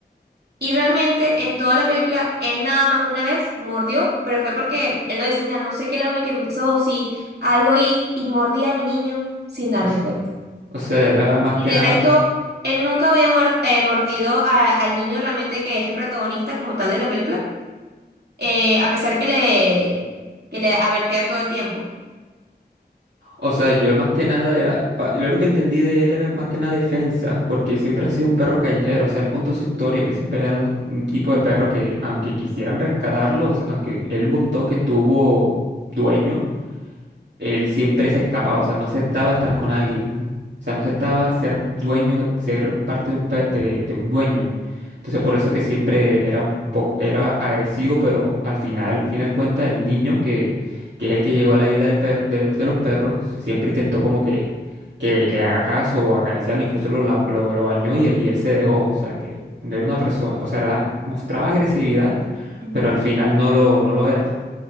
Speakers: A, on the right (about 65°); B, on the right (about 85°).
A: Y realmente en toda la película él nada más una vez mordió, pero fue porque él lo dice, mira, no sé qué es lo que me pasó, si algo y, y mordí a mi niño sin darme
B: Es-
A: cuenta.
B: O sea, era más
A: Y
B: que
A: de
B: nada,
A: resto, él nunca había muer- eh, mordido a- al niño realmente que es el protagonista como tal de la película, eh, a pesar que le, que le advertía todo el tiempo.
B: o sea, yo más que nada era, pa- yo lo que entendí de él era más que nada defensa, porque siempre ha sido un perro callejero, o sea, él contó su historia, que siempre era un, un tipo de perro que aunque quisieran rescatarlos, aunque él contó que tuvo dueño, él siempre se escapaba, o sea, no aceptaba estar con alguien, o sea, no aceptaba ser dueño, ser parte de un, pe- de, de un dueño. Entonces, por eso que siempre era un poco, era agresivo, pero al final, al final cuenta, el niño que, que es el que llegó a la isla del per- de, lo- de los perros, siempre intentó como que, que le haga caso o acariciarlo, incluso lo, la- lo, lo bañó y él, y él se dejó, o sea, que no era una persona, o sea, era- mostraba agresividad,
A: Ujú.
B: pero al final no lo, no lo era.